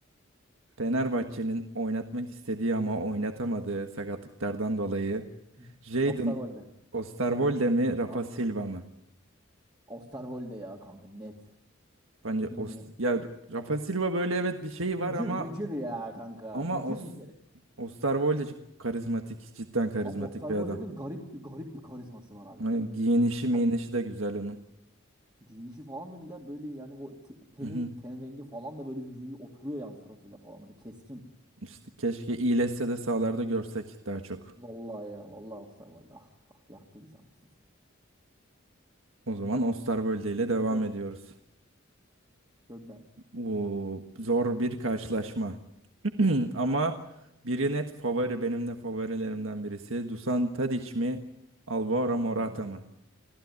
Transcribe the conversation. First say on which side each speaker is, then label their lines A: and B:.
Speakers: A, on the right; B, on the right.
A: Fenerbahçe'nin oynatmak istediği ama oynatamadığı sakatlıklardan dolayı
B: Hı.
A: Jadon
B: Osterwolde.
A: Osterwolde
B: Evet.
A: mi Rafa
B: Tahmin
A: Silva
B: et.
A: mı?
B: Osterwolde ya kanka net.
A: Bence
B: Bilmiyorum.
A: Ost ya Rafa Silva böyle evet bir şey
B: Bücür
A: var ama
B: bücür ya kanka.
A: ama
B: Bücür
A: Os
B: bir kere.
A: Osterwolde çok karizmatik, cidden karizmatik
B: Kanka Osterwolde'nin
A: bir adam.
B: garip bir garip bir karizması var harbiden.
A: Yani Giyinişi, miyinişi
B: Hani
A: de güzel onun.
B: giyinişi falan da güzel böyle yani o te- teni
A: Hı hı.
B: ten rengi falan da böyle vücudu oturuyor yani suratıyla falan da böyle keskin.
A: İşte keşke iyileşse de sahalarda görsek daha çok.
B: Vallahi ya vallahi Osterwolde. Ah, ah yaktı bizi anasını satayım.
A: O zaman Osterwolde ile devam
B: Evet.
A: ediyoruz.
B: Gönder.
A: Oo, zor bir karşılaşma. <clears throat> Ama biri net favori. Benim de favorilerimden birisi. Dusan Tadic mi? Alvaro Morata
B: Hmm.
A: mı?